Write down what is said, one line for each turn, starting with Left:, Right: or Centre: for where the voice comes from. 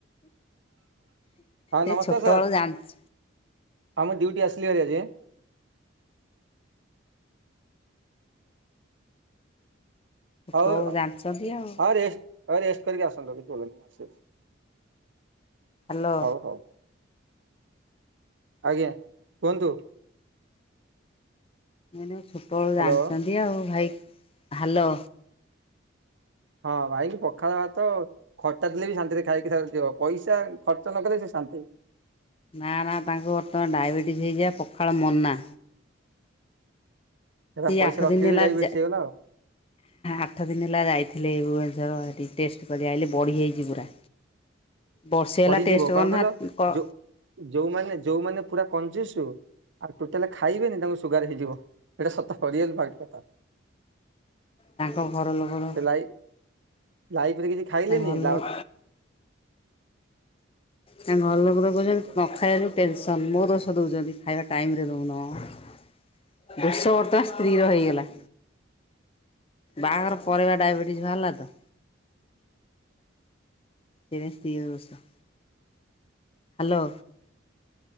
Right: ହଁ
Left: ଏ
Right: ନମସ୍କାର
Left: ଛୋଟବେଳୁ
Right: ସାର୍
Left: ଜାଣିଛୁ
Right: ହଁ ମୁଁ ଡ୍ୟୁଟି ଆସଲି ହେରି ଆଜି। ହଉ
Left: ଛୋଟବେଳୁ ଜାଣିଛନ୍ତି ଆଉ।
Right: ହ ରେ ହଉ ରେଷ୍ଟ ରେଷ୍ଟ କରିକି ଆସନ୍ତୁ କିଛି ପ୍ରୋବ୍ଲେ ନାହିଁ <unintelligible>
Left: ହ୍ୟାଲୋ।
Right: ହଉ ହଉ ଆଜ୍ଞା କୁହନ୍ତୁ?
Left: ଏ ଛୋଟବେଳୁ ଜାଣିଛନ୍ତି
Right: ହ୍ୟାଲୋ
Left: ଆଉ ଭାଇ ହାଲୋ।
Right: ହଁ ଭାଇ କି ପ ପଖାଳ ଭାତ ଖଟା ଥିଲେ ବି ଶାନ୍ତିରେ ଖାଇକି ଖ ଯିବ ପଇସା ଖର୍ଚ୍ଚ ନ କଲେ ସେ ଶାନ୍ତି।
Left: ନା ନା ତାଙ୍କୁ ବର୍ତ୍ତମାନ ଡାଇବେଟିସି ହେଇଯାଏ ପଖାଳ ମନା।
Right: ସେଟା
Left: ଏଇ
Right: ପଇସା
Left: ଆଠ ଦିନ
Right: ରଖିକି
Left: ହେଲା
Right: ଡାଇବେଟିସ୍
Left: ଯା।
Right: ହେଇଗଲା ଆଉ
Left: ଆଠ ଦିନ ହେଲା ଯାଇଥିଲେ ଭୁବନେଶ୍ବର ହେଠି ଟେଷ୍ଟ କରିକି ଆଇଲି ବଢି ଯାଇଛି ପୁରା। ବର୍ଷେ ହେଲା
Right: ବଢିଯିବ
Left: ଟେଷ୍ଟ
Right: କଣ
Left: କରି
Right: କହିଲ
Left: ନାହାନ୍ତି କ
Right: ଯୋ ଯୋଉମାନେ ଯୋଉମାନେ ପୁରା କଞ୍ଚିସୁ। ଆଉ ଟୋଟାଲି ଖାଇବେନି ତାଙ୍କୁ ସୁଗାର ହେଇଯିବ ସେଇଟା ସତ ରିଅଲ ପାଟ କଥା।
Left: ତାଙ୍କ ଘର ଲୋକର
Right: ସେ ଲାଇ ଲାଇଫି ରେ କିଛି ଖାଇଲେନି
Left: ତାଙ୍କ ଘର ଲୋକ ତାଙ୍କ ଘର ଲୋକ ତ କହୁଛନ୍ତି ନ ଖାଇବା ଯୁ ଟେନସନ୍ ମୋ ଦୋଷ ଦେଉଛନ୍ତି ଖାଇବା ଟାଇମରେ ଦଉନ। ଦୋଷ ବର୍ତ୍ତମାନ ସ୍ତ୍ରୀ ର ହେଇଗଲା। ବାହାଘର ପରେ ବା ଡାଇବେଟିସ୍ ବାହାରୀ ଲା ତ। <unintelligible> ସ୍ତ୍ରୀ ର ଦୋଷ। ହ୍ୟାଲୋ।